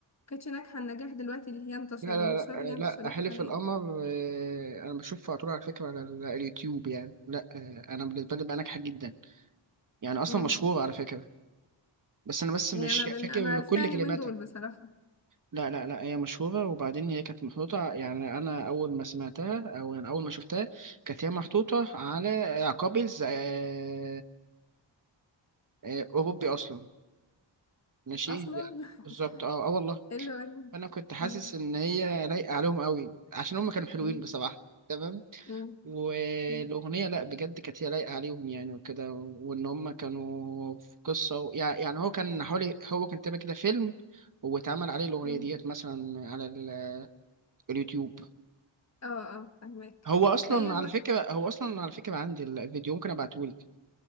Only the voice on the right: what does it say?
لا لا
لا
آه،
لا حلف
القمر آه، انا بشوفها على طول على فكره على ال- اليوتيوب يعني لا آه، انا بالنسبه لي بقى ناجحه جدا يعني اصلا
مشهورة على فكرة بس انا بس مش
فاكر
كل
كلماتها
لا لا لا هي مشهورة وبعدين هي كانت محطوطة يعني انا اول ما سمعتها او يعني اول ما شفتها كانت هي محطوطة على قابلز آه، آه، اوروبي اصلا ماشي
يعني بالظبط اه آه والله
فانا كنت حاسس
ان هي لايقه عليهم قوي عشان هم كانوا حلوين
بصراحه تمام
والاغنيه
لا بجد كانت هي لايقه عليهم يعني وكده وان هم كانوا في قصه و... يعني يعني هو كان حوالي هو كان تعمل كده فيلم واتعمل عليه الاغنيه
ديت مثلا على ال... اليوتيوب
هو اصلا
على فكره هو اصلا على فكره عندي الفيديو ممكن ابعته لك